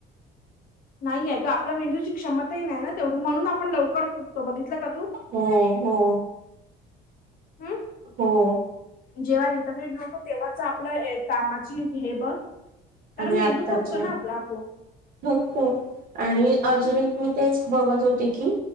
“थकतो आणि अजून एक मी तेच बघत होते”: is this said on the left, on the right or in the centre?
Right